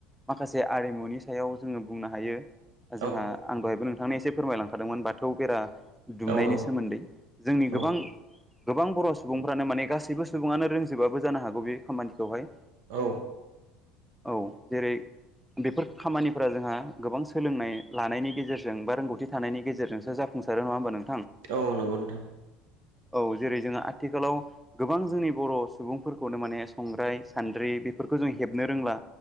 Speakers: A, in the centre; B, on the right (about 75°).
A: माखासे आरिमुनि सायाव जोङो बुंनो हायो जोंहा
B: औ
A: आं दहायबो नोंथांनो एसे फोरमायलांखादोंमोन बाथौ बेरा दुमनायनि
B: औ
A: सोमोन्दै जोंनि
B: औ
A: गोबां गोबां बर सुबुंफ्रानो माने गासैबो सुबुङानो रोंजोबाबो जानो हागौ बे खामानिखौहाय
B: औ
A: औ जेरै बेफोर खामानिफोरा जोंहा गोबां सोलोंनाय लानायनि गेजेरजों बा रोंगौथि थानायनि गेजेरजोंसो जाफुं सारो नङा होनबा नों-
B: औ नंगौ नोंथां
A: औ जेरै जोङो आथिखालाव गोबां जोंनि बर सुबुंफोरखौनो माने संग्राय सान्द्रि बेफोरखौ जों हेबनो रोंला